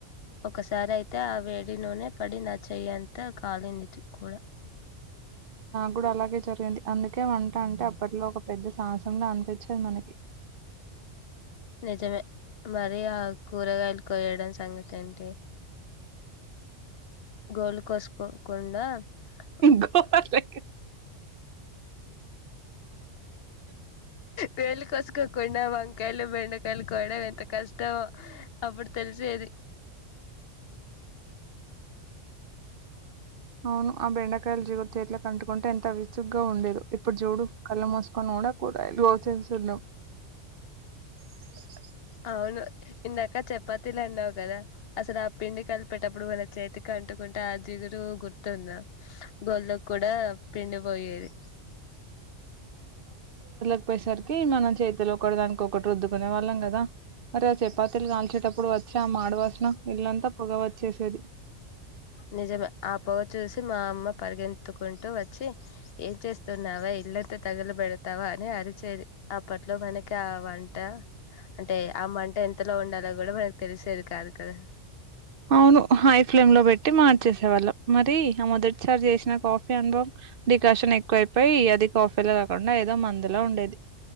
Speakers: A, on the left; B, on the right.
A: ఒకసారి అయితే ఆ వేడి నూనె పడి నా చెయ్యంత కాలింది కూడా
B: ఇప్పుడు అలాగే జరిగింది. అందుకే వంట అంటే అప్పట్లో ఒక పెద్ద సాహసంలో అనిపించేది మనకి.
A: నిజమే మరి ఆ కూరగాయలు కోయడం సంగతి ఏంటి. గోల్ కోసుకోకుండా హుహుహు
B: గోర్లకి
A: వేళ కోసుకోకుండా వం కలు వె కలుకోవడం ఎంత కష్టమో అప్పుడు తెలిసేది.
B: అవును ఆ బెండకాయలు జగురి చేట్ల కంటుకుంటే ఎంత విసుగ్గా ఉండేదు. ఇప్పుడు జోడు కళ్ళు మోసుకొని కూడా కూరగాయలు కోసేస్తుంటాం. <unintelligible>
A: అవును ఇందక చప్పతిలు అన్నావు కదా. అసలు ఆ పిండి కలిపేటప్పుడు మన చేతికి అంటుకుంటే ఆ జిగురు గుర్తుంద. గోర్లు కు కూడా పిండి పోయేది.
B: ప్పేసరికి మనం చేతులు ఒకటి దానికి ఒకటి రుద్దుకునే వాళ్ళం కదా. మరే ఆ చపాతీలు కాల్చేటప్పుడు వ చ మాడవాసన ఇల్లంతా పొగ వచ్చేసేది.
A: నిజమె ఆ పొగ చూసి మా అమ్మ పరిగె ఏత్తుకుంటూ వచ్చి ఏం చేస్తున్నావె ఇల్లంత తగిలి పెడతావా అని అరిచేది. అప్పట్లో మనకి ఆ వంట అంటే ఆ మంట ఎంతలో ఉండాలో కూడా మనకు తెలిసేది కాదు కదా.
B: అవును హై ఫ్లేమ్ లో పెట్టి మ వచ్చేసేవాళ్ళం మరి ఆ మొదటిసారి చేసిన కాఫీ అనుభవం డికాషన్ ఎక్కువ అయిపోయి, అది కాఫీలో కాకుండా ఏదో మందులో ఉండేది.